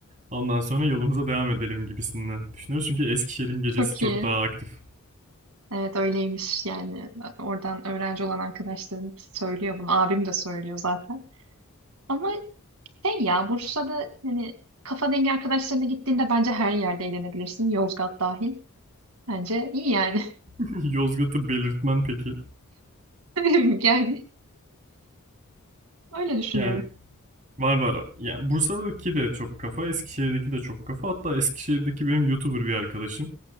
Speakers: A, on the right; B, on the right.
A: ondan sonra yolumuza devam edelim gibisinden düşünüyoruz. Çünkü Eskişehir'in gecesi
B: Çok
A: çok
B: iyi.
A: daha aktif.
B: Evet öyleymiş yani e, oradan öğrenci olan arkadaşlarım söylüyor bunu abim de söylüyor zaten ama şey ya Bursa'da hani kafa dengi arkadaşlarına gittiğinde bence her yerde eğlenebilirsin Yozgat dahil bence iyi yani
A: <laughs> Yozgat'ı belirtmen peki.
B: <laughs> yani öyle düşünüyorum
A: Yani var var. Yani Bursa'daki de çok kafa, Eskişehir'deki de çok kafa. Hatta Eskişehir'deki benim YouTuber bir arkadaşım.